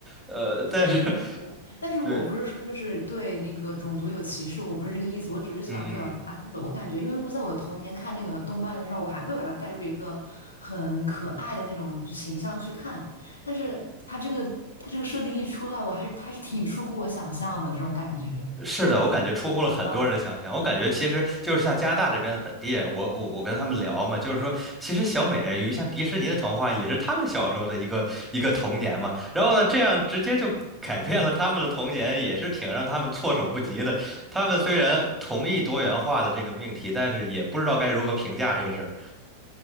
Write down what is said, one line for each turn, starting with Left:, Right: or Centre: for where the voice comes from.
Centre: 呃，但是
Left: 确实，
Centre: <laughs>
Left: 但是我不是说就是对那个种族有歧视，
Centre: 对，
Left: 我不是这个意思，我只是想表达，
Centre: 嗯嗯嗯。
Left: 就是我感觉，因为我在我的童年看那个动漫的时候，我还会把它带入一个很可爱的那种形象去看，但是它这个它这个设定一出来，我还是还是挺出乎我想象的这种感觉，
Centre: 是的，我感觉出乎了很多人的想象。
Left: 想不到，
Centre: 我感觉其实就是像加拿大这边的本地人，我我我跟他们聊嘛，
Left: 嗯，
Centre: 就是说，其实小美人鱼像迪士尼的童话也是他们小时候的一个一个童年嘛。然后呢，这样直接就改变了他们的童年，也是挺让他们措手不及的。他们虽然同意多元化的这个命题，但是也不知道该如何评价这个事儿，